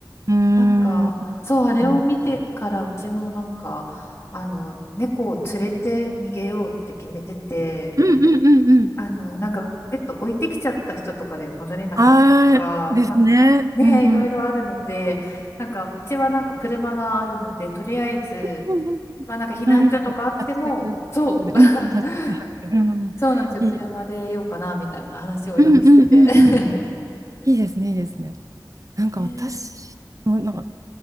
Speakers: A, on the right; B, on the left.
A: うーん。
B: なんか、
A: うーん。
B: そう、あれを見てからうちもなんか、
A: うん
B: あの、猫を連れて逃げようって決めてて、
A: うんうんうん。
B: あの、なんか、ペット置いてきちゃった人とかで戻れなかったとか、
A: はーい。ですね。
B: なんか、ね、
A: うんうん。
B: いろいろあるので、なんか、うちはなんか車があるので、とりあえず、
A: うんうん
B: まあなんか避難所とかあっても、
A: うん。あ、いいです
B: そう、
A: ね。車中泊で。うん、
B: <laughs>
A: 車中泊で。うん。
B: そうなんですよ、
A: いい。
B: 車でようかな、みたいな話をよくしてて。
A: うんうんうんうん。いいですね、いいですね。
B: <laughs>
A: なんか私も、
B: ねえ
A: なんか、